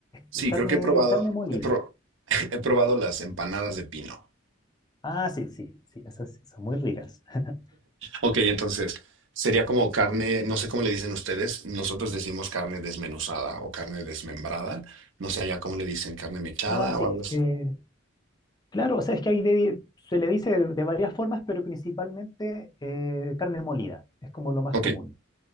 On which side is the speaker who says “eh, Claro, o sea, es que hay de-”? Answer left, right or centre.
Left